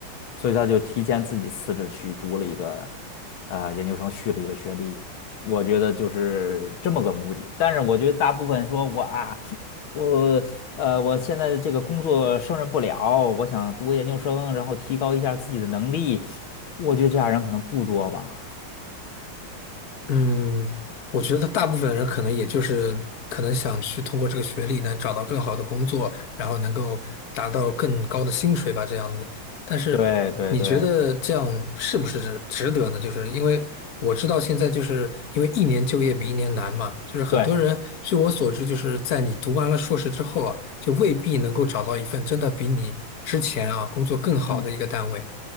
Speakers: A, on the left (about 80°); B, on the left (about 50°).
A: 所以他就提前自己辞职去读了一个呃研究生，续了一个学历。我觉得就是这么个目的。但是我觉得大部分说我啊，我呃我现在这个工作胜任不了，我想读个研究生，然后提高一下自己的能力。我觉得这样人可能不多吧。
B: 嗯，我觉得大部分人可能也就是可能想去通过这个学历能找到更好的工作，然后能够达到更高的薪水吧，这样子。但是你觉得这样是不是值得呢？
A: 对对对
B: 就是因为我知道现在就是因为一年就业比一年难嘛，就是很多人据我所知，
A: 对，
B: 就是在你读完了硕士之后啊，就未必能够找到一份真的比你之前啊工作更好的一个单位。
A: 嗯。